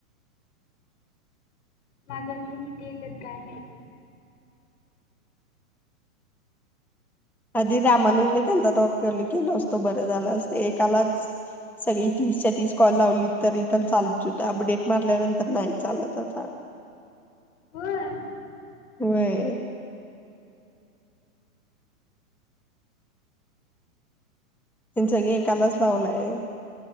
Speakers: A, on the left; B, in the centre.
A: माझं, अजून किती येतात? काय माहीत?
B: आधी रामानुजन के - कॉल केला असतो बर झाल असत. एकालाच सगळी तीसच्या तीस कॉल लावली तर- तरी पण चालत होत. अपडेट मारल्यानंतर नाही चालत आता.
A: होय?
B: होय. त्यांनी सगळे एकालाच लावलेत.